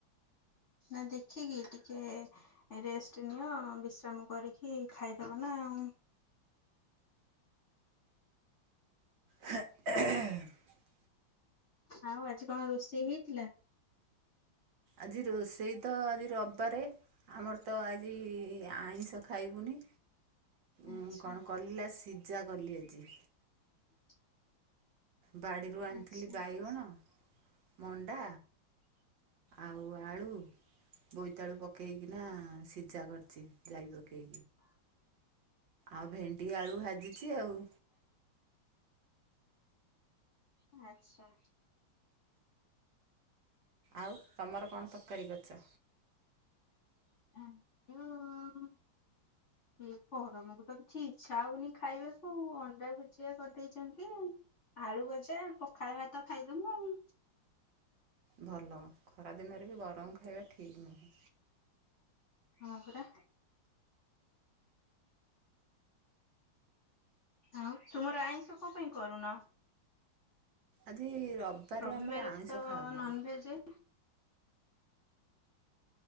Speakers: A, on the left; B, on the right.
A: ନା ଦେଖିକି ଟିକେ ରେଷ୍ଟ ନିଅ ବିଶ୍ରାମ କରିକି ଖାଇଦବ ନା ଆଉ।
B: ହା <unintelligible>
A: ଆଉ ଆଜି କଣ ରୋଷେଇ ହେଇଥିଲା?
B: ଆଜି ରୋଷେଇ ତ ଆଜି ରବିବାରେ ଆମର ତ ଆଜି ଆଇଁଷ ଖାଇବୁନି।
A: ଆଚ୍ଛା
B: ଉଁ କଣ କଲା ସିଦ୍ ପୂଜା କଲି ଆଜି।
A: <inaudible>
B: ବାଡ଼ିରୁ ଆଣିଥିଲି
A: ଆଚ୍ଛା।
B: ବାଇଗଣ, ମଣ୍ଡା ଆଉ ଆଳୁ, ବୋଇତାଳୁ ପକେଇକିନା ସିଝା କରିଛି ଯାଇବ ଡ଼ି ଆଉ ଭେଣ୍ ଟି ଆଳୁ ଭାଜିଛି ଆଉ।
A: ଆଚ୍ଛା।
B: ଆଉ ତମର କଣ ତରକାରୀ କରିଚ?
A: <unintelligible> ଏ ପରମକୁ ତ କିଛି ଇଚଛା ହଉନି ଖାଇବାକୁ ଅଣ୍ଡା ଭୁଜିଆ କରିଦେଇଛନ୍ତି ଆଳୁ ଭଜା ପଖାଳ ଭାତ ଖାଇଦମୁଁ ଆଉ।
B: ଭଲ। ଖରା ଦିନରେ ବି ଗରମ ଖାଇବା ଠିକ୍ ନୁହେଁ।
A: ହଁ ପରା। ଆଉ ତୁମର ଆଇଷଁ କ ପାଇଁ କରୁନ?
B: ଆଜି ରବିବାରରେ
A: ରବିବାରେ
B: ଆମର ଆଇଁଷ
A: ତ
B: ଖାଉନା।
A: Non veg.